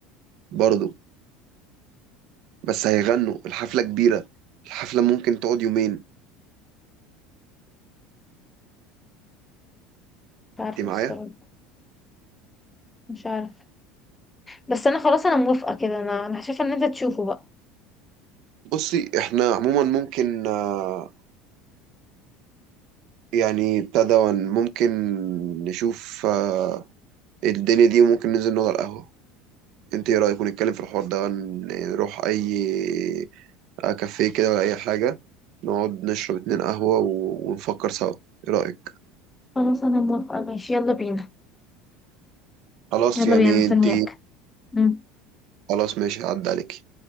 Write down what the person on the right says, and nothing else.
برضه بس هيغنوا الحفلة كبيرة الحفلة ممكن تقعد يومين
انت معايا
بصي احنا عموما ممكن آه، يعني ابتدى ون- ممكن نشوف آه، الدنيا دي وممكن ننزل نقعد على القهوة انت ايه رأيك ونتكلم في الحوار ده نروح اي آه، كافيه كده ولا اي حاجة نقعد نشرب اتنين قهوة و- ونفكر سوا ايه رأيك
خلاص
يعني
انت
خلاص ماشي عدى عليكي